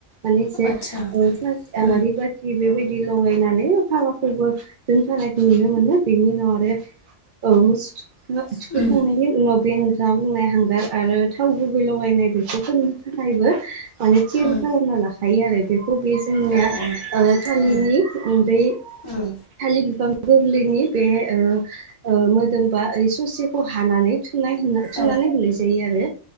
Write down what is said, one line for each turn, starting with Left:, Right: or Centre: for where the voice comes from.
Right: माने जे
Left: आतसा
Right: ओ <unintelligible>
Left: उम
Right: आलारि बाथि थि बेबायदि लगायनानै फागाखोबो दोनफानायखौ नुनो मोनो बेनि उनाव आरो औ मोसौ थु
Left: उम
Right: थुखैखांनायनि उनाव बे नोंथाङा बुंनाय हांगार आरो थाव गुबै लगायनाय बेखौ फोननो थाखायबो माने थियारि
Left: उम
Right: खालामना लाखायो आरो बेखौ बे जोंनिया
Left: औ
Right: ओ थालिनि
Left: उम
Right: बै
Left: उम
Right: थालि बिफां गोरलैनि बे ओ ओ मोदोमबा ओरै ससेखौ हानानै थुनाय होन थुनानै
Left: औ
Right: होनाय जायो आरो